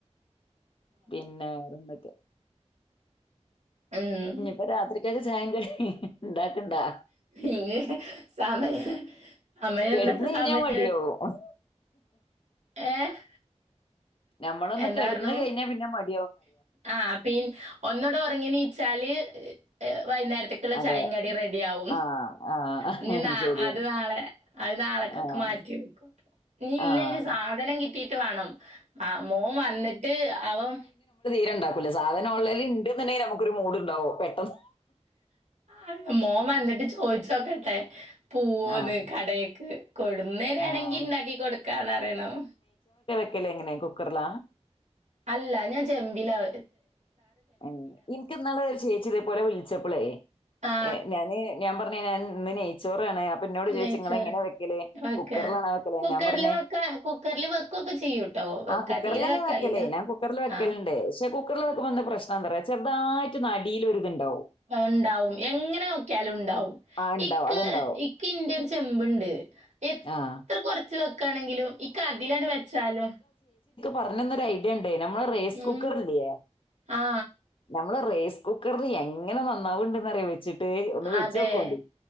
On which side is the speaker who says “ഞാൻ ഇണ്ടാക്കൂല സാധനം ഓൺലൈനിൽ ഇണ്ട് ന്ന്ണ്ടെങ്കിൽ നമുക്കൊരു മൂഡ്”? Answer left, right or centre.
Left